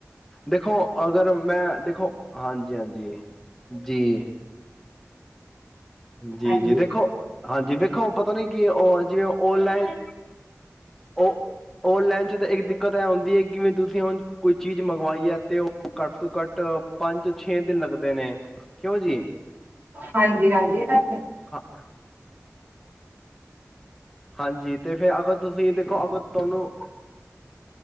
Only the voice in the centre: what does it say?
ਦੇਖੋ, ਅਗਰ ਮੈਂ ਦੇਖੋ, ਹਾਂਜੀ, ਹਾਂਜੀ। ਜੀ। ਜੀ
ਜੀ ਦੇਖੋ, ਹਾਂਜੀ ਦੇਖੋ, ਪਤਾ ਨੀ ਕੀ ਉਹ ਜਿਵੇਂ ਓਨਲਾਈਨ ਉਹ ਓਨਲਾਈਨ ਚ ਤਾਂ ਇੱਕ ਦਿੱਕਤ ਇਹ ਹੁੰਂਦੀ ਹੈ ਕਿਵੇ ਤੁਸੀਂ ਹੁਣ ਕੋਈ ਚੀਜ਼ ਮੰਗਵਾਈ ਹੈ ਤੇ ਉਹ ਘੱਟ ਤੋਂ ਘੱਟ ਪੰਜ ਤੋਂ ਛੇ ਦਿਨ ਲੱਗਦੇ ਨੇ, ਕਿਉਂ ਜੀ?
ਹਾਂ। ਹਾਂਜੀ, ਤੇ ਫਿਰ ਅਗਰ ਤੁਸੀਂ, ਦੇਖੋ ਅਗਰ ਤੁਹਾਨੂੰ